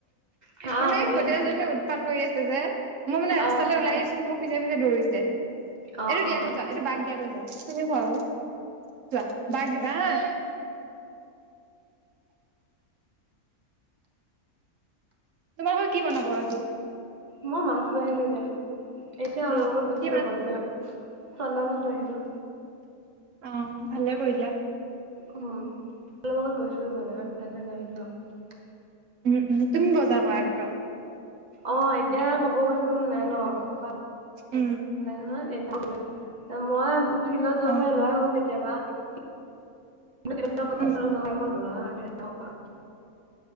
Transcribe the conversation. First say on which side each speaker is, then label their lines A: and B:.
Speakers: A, on the right; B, on the right.
A: হা
B: মানে
A: শুনি
B: এই ভতিজা
A: আছো
B: জনিয়ে উৎপাত কৰি আছে যে, মই মানে ৰাস্তালে
A: আহ
B: ওলাই আহিছো মোৰ পিছে পিছে দৌৰিছে। এইটো
A: অ অ
B: দিয়াগৈ যোৱা, এইটো বাক দিয়াগৈ যোৱা। তুমি খোৱা আকৌ যোৱা। বাক দিবা হা। তোমালোকৰ কি বনাব আজি?
A: মই মাছ লৈ আহিলো এতিয়া, এতিয়া অলপ
B: অ অ
A: আগত গৈছিলো
B: কি মাছ
A: বজাৰত।
B: আনিলা
A: চন্দা মাছ লৈ আহিলোঁ।
B: অ ভালেই কৰিলা।
A: উম, অলপ আগত গৈছিলো বজাৰত, তাতেই লৈ আহিলোঁ আও
B: উম উম, তুমি বজাৰ কৰা ঘৰৰ।
A: অ এতিয়া ক'ব গ'লে কোনো নাই ন, পাপা
B: উম।
A: <unintelligible> মই ফিল্ডত যোৱাৰ ভাই লৈ
B: অ
A: আহোঁ কেতিয়াবা। <unintelligible>
B: উম উম